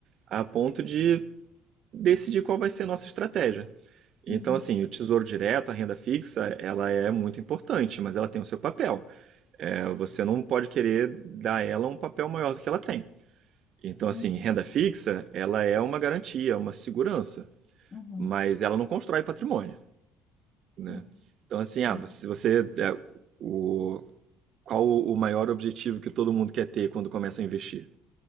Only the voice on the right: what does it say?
a ponto de decidir qual vai ser a nossa estratégia. Então,
assim, o tesouro direto, a renda fixa, ela é muito importante, mas ela tem o seu papel. É, você não pode querer dar a ela um papel maior do que ela tem. Então,
assim, renda fixa, ela é uma garantia, uma segurança,
mas ela não constrói patrimônio,
né? Então, assim,
ah, se você, é, o, qual o maior objetivo que todo mundo quer ter quando começa a investir?